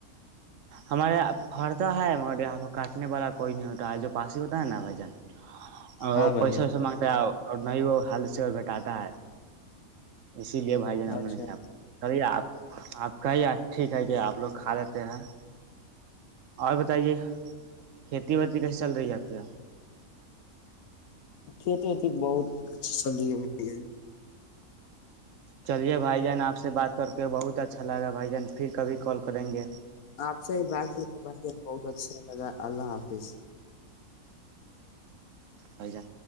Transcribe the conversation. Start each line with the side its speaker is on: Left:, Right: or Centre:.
Right: ہمارے یہاں پر تو ہے مگر یہاں پ کاٹنے والا کوئی نہیں، و آ پا ستا ہے نا بائی جان اور
Left: ہاں بھائی
Right: پیسا
Left: جان
Right: ویسا مگتے آ اور نہ ہی وہ حل سے وہ گھٹاتا ہے اسی لیے بھائی جان ہم
Left: اچھا
Right: نے نہیں ک پ سرے آپ آپ کا ہی ٹھیک ہے کہ آپ لوگ کھا لیتے تے ہیں اور بتائیے کھیتی باڑی کیسی چل رہی ہے آپ کے یہاں
Left: کھیتی وتی بہت اچھا چل رہی ہے
Right: چلیے بھائی جان آپ سے بات کر کے بہت اچھا لگا ہے بھائی جان پھر کبھی کال کریں گے
Left: آپ سےی بات کر بچ بہت اچھا لگا اللہ حافظ
Right: و جان